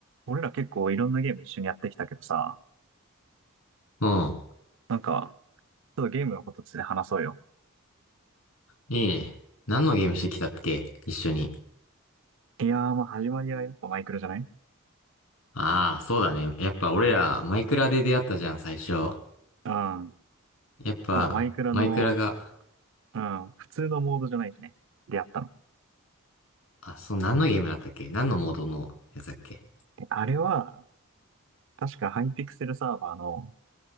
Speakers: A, on the right; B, on the left.
A: 俺ら結構いろんなゲーム一緒にやってきたけどさ、
B: うん。
A: なんか、ちょっとゲームのことついて話そうよ。
B: いいね。何のゲームしてきたっけ一緒に。
A: いやー、まあ始まりはやっぱマイクラじゃない
B: ああ、そうだね。やっぱ俺ら、マイクラで出会ったじゃん、最初。
A: うん。
B: やっぱ、
A: しかもマイクラの、
B: マイクラが、
A: うん、普通のモードじゃないしね。出会ったの。
B: あ、そう、何のゲームだったっけ何のモードのやつだっけ
A: であれは、確かハイピクセルサーバーの、